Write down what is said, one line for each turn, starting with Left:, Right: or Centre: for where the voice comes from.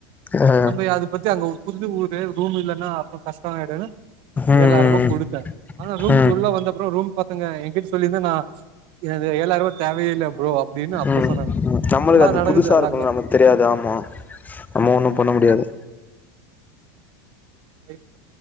Left: ஆ
Right: நம்ம அத பத்தி அங்க புரிது ஊரு ல்ல அப்ப கஷ்டம் ஆயிடும்
Left: ம்
Right: ஏழாயிரம் ரூபாய்
Left: ம்
Right: குடுத்தேன் ஆனா ரூம்
Left: ம்
Right: குள்ள வந்த ப்ரோ ரூம் பாத்துங்க எங்கிட்ட சொல்லியிருந்தா நா என ஏழாயிரம் ரூவா தேவையில்ல ப்ரோ அப்டின்னு அப்போ
Left: ம்
Right: சொன்னாங்க
Left: நம்மளுக்கு
Right: இதெல்லா
Left: அது
Right: நடக்குது
Left: புதுசா
Right: எல்லாங்க
Left: இருக்கும்ணும்னு நமக்கு தெரியாது ஆமா நம்ம ஒண்ணும் பண்ண முடியாது
Right: டேய்